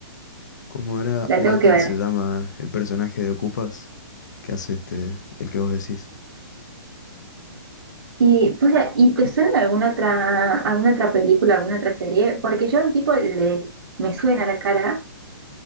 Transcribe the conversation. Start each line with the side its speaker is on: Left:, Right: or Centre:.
Left: ¿Cómo era?
Right: la
Left: Walter
Right: tengo que ver.
Left: se llama el personaje de Ocupas, que hace este, el que vos decís.
Right: Y, pues, ¿y te suena alguna otra, alguna otra película, alguna otra serie? Porque yo al tipo le, me suena la cara,